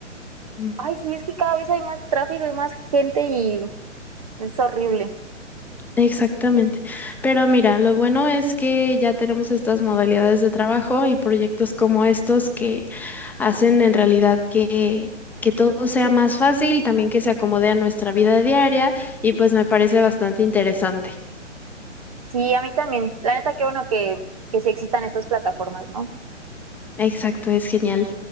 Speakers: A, in the centre; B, on the right (about 30°).
A: Mm.
B: Ay, sí, es que cada vez hay más tráfico y más gente y es horrible.
A: Exactamente. Pero mira, lo bueno es que ya tenemos estas modalidades de trabajo y proyectos como estos que hacen en realidad que, que todo sea más fácil, también que se acomode a nuestra vida diaria y pues me parece bastante interesante.
B: Sí, a mí también. La neta, qué bueno que, que sí existan estas plataformas, ¿no?
A: Exacto, es genial.